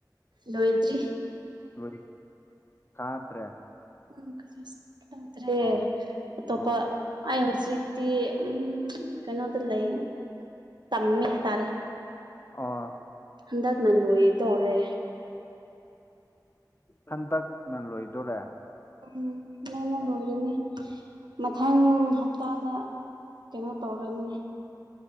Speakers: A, on the right (about 75°); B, on the left (about 35°).
A: ꯂꯣꯏꯗꯔ꯭ꯤ
B: ꯂꯣꯏ ꯀꯥꯗ꯭ꯔꯦ
A: ꯎꯝ ꯀꯣꯂꯦꯖꯇꯤ ꯇꯧꯗ꯭ꯔꯦ
B: ꯑꯣ
A: ꯑꯇꯣꯞꯄ
B: ꯑꯣ
A: ꯑꯩ ꯍꯧꯖꯤꯛꯇꯤ ꯎꯝ ꯀꯩꯅꯣꯗ ꯂꯩꯌꯦ ꯇꯝꯃꯦ ꯍꯥꯏꯇꯥꯔꯦ
B: ꯑꯣ
A: ꯍꯟꯗꯛꯅ ꯂꯣꯏꯗꯣꯏꯔꯦ
B: ꯍꯟꯇꯛꯅ ꯂꯣꯏꯗꯣꯔꯦ
A: ꯎꯝ ꯅꯅ ꯂꯣꯏꯔꯅꯤ ꯃꯊꯪ ꯍꯞꯇꯥꯗ ꯀꯩꯅꯣ ꯇꯧꯔꯅꯤ